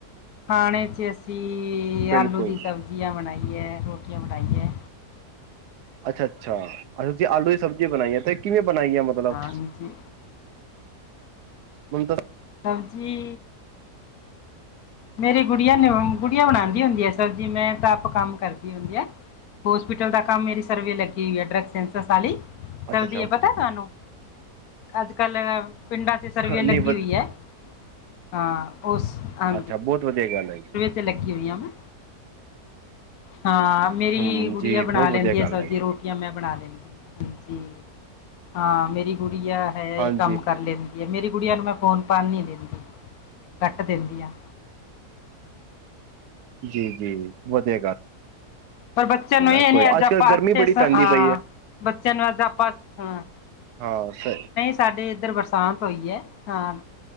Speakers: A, on the left; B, on the right.
A: ਖਾਣੇ ਚ ਅਸੀਂ
B: ਬਿਲਕੁਲ
A: ਆਲੂ ਦੀ ਸਬਜ਼ ਭੁਜ਼ੀਆਂ ਬਣਾਈਏ ਰੋਟੀਆਂ ਬਣਾਈਏ
B: ਅੱਛਾ-ਅੱਛਾ-ਅੱਛਾ ਤੁਸੀਂ ਆਲੂ ਦੀ ਸਬਜ਼ੀ ਬਣਾਈ ਹੈ ਤੇ ਕਿਵੇਂ ਬਣਾਈ ਹੈ? ਮਤਲਬ
A: ਹਾਂਜੀ
B: <unintelligible>
A: ਸਬਜ਼ੀ ਮੇਰੀ ਗੁੜੀਆਂ ਨ ਗੁੜੀਆਂ ਬਣਾਦੀ ਹੁੰਦੀ ਆ ਸਬਜੀ। ਮੈਂ ਤਾਂ ਆਪ ਕੰਮ ਕਰਦੀ ਹੁੰਦੀ ਆ। ਹੋਸਪੀਟਲ ਦਾ ਕੰਮ ਮੇਰੀ ਸਰਵੇ ਲੱਗੀ ਹੋਈ ਹੈ। <unintelligible> ਚੱਲਦੀ
B: ਅੱਛਾ ਅੱਛਾ
A: ਹੈ ਪਤਾ ਤੁਹਾਨੂੰ? ਅੱਜ ਕੱਲ ਪਿੰਡਾਂ ਚ ਸਰਵੇ
B: ਨਹੀਂ
A: ਲੱਗੀ
B: ਵ
A: ਹੋਈ ਹੈ। ਹਾਂ ਉਸ ਅ
B: ਅੱਛਾ ਬੋਤ ਵਧੀਆਾ ਗੱਲ ਹੈ ਜੀ।
A: ਚ ਲੱਗੀ ਹੋਈ ਆ ਵੈਂ। ਹਾਂ ਮੇਰੀ
B: ਹਮ
A: ਗੁੜੀਆ
B: ਜੀ
A: ਬਣਾ
B: ਬਹੁਤ
A: ਲੈਂਦੀ
B: ਵਧੀਆ ਗੱਲ
A: ਆ ਸਬਜ਼ੀ
B: ਹੈਗੀ
A: ਰੋਟੀ।
B: ਹੈ
A: ਮੈਂ ਬਣਾ ਲੈਂਦੀ। ਹਾਂਜੀ ਹਾਂ ਮੇਰੀ ਗੁੜੀ ਆ ਹੈ
B: ਹਾਂਜੀ
A: ਕੰਮ ਕਰ ਲੈਂਦੀ ਮੇਰੀ ਗੁੜੀਆਂ ਨੂੰ ਮੈਂ ਫੋਨ ਪਾਣ ਨਹੀਂ ਦਿੰਦੀ, ਕੱਟ ਦਿੰਦੀ ਹਾਂ
B: ਜੀ-ਜੀ ਵਧੀਆ ਗੱਲ।
A: ਪਰ ਬੱਚਿਆਂ ਨੂੰ
B: ਹੈ
A: ਇਹ
B: ਕੋਈ
A: ਨੀ ਅੱਜ ਆਪਾਂ
B: ਕੱਲ੍ਹ ਗਰਮੀ
A: ਅੱਛੇ
B: ਬੜੀ ਪੈਂਦੀ
A: ਹਾਂ
B: ਪਈ ਹੈ
A: ਬੱਚਿਆਂ ਨੂੰ ਅੱਜ ਆਪਾਂ ਹਾਂ
B: ਹਾਂ ਸ
A: ਸਾਡੇ ਇੱਧਰ ਬਰਸਾਤ ਹੋਈ ਹੈ ਹਾਂ।